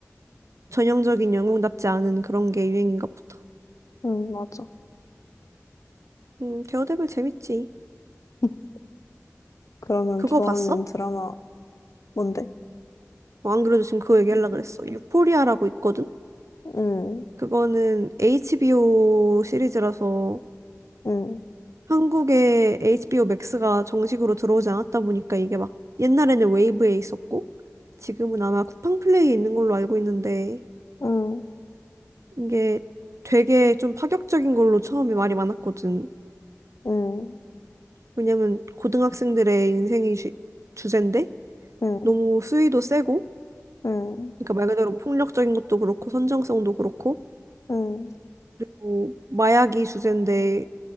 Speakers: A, on the right; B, on the left.
A: 전형적인 영웅답지 않은 그런 게 유행인가 보다.
B: 음, 맞아.
A: 음 데어데블 재밌지.
B: <laughs> 그러면
A: 그거
B: 좋아하는
A: 봤어?
B: 드라마 뭔데?
A: 어, 안 그래도 지금 그거 얘기하려고 그랬어. 유포리아라고 있거든?
B: 음,
A: 그거는 HBO 시리즈라서
B: 음,
A: 한국에 HBO 맥스가 정식으로 들어오지 않았다 보니까 이게 막 옛날에는 웨이브에 있었고 지금은 아마 쿠팡 플레이에 있는 걸로 알고 있는데
B: 음,
A: 이게 되게 좀 파격적인 걸로 처음에 말이 많았거든.
B: 음,
A: 왜냐면 고등학생들의 인생이 주, 주제인데
B: 음,
A: 너무 수위도 세고
B: 음,
A: 그러니까 말 그대로 폭력적인 것도 그렇고 선정성도 그렇고
B: 음,
A: 그리고 마약이 주제인데